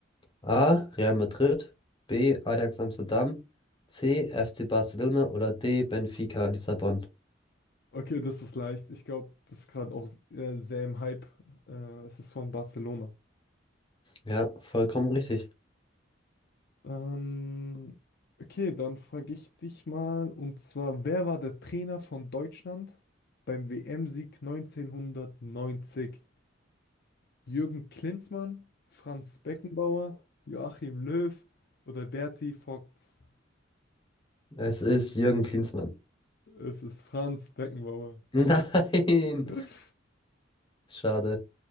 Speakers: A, on the left (about 25°); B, on the left (about 55°).
A: A. Real Madrid, B. Ajax Amsterdam, C. FC Barcelona oder D. Benfica Lissabon?
B: Okay, das ist leicht. Ich glaube, das ist gerade auch äh, sehr im Hype. Äh, es ist von Barcelona.
A: Ja, vollkommen richtig.
B: Ähm, okay, dann frage ich dich mal, und zwar, wer war der Trainer von Deutschland beim WM-Sieg neunzehnhundertneunzig? Jürgen Klinsmann, Franz Beckenbauer, Joachim Löw oder Berti Vogts?
A: Es ist Jürgen Klinsmann.
B: Es ist Franz Beckenbauer.
A: <laughs> Nein!
B: <laughs>
A: Schade.